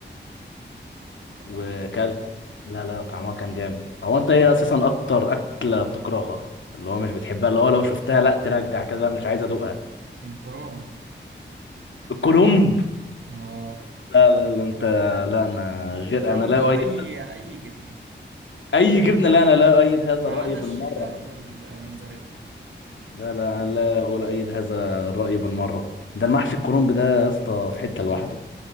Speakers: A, on the right (about 80°); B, on the left (about 80°).
A: ده طعمها
B: وكلت لا لا طعمها كان جامد هو انت ايه اساسا اكتر اكله بتكرهها اللي هو مش بتحبها اللي هو لو شفتها لا ترجع كده مش عايز ادوقها
A: الكروم
B: الكرنب
A: اه
B: لا لا لا انت لا انا غير
A: كرومبو
B: انا لا اؤيد
A: اي اي جبنه
B: أي جبنة لا أنا لا أؤيد هذا
A: ما
B: الرأي
A: عدا
B: بالمرة
A: الشيدر والموتزاريلا
B: لا لا أنا لا ولا أؤيد هذا الرأي بالمرة ده المحشي الكرنب ده يا اسطى في حتة لوحده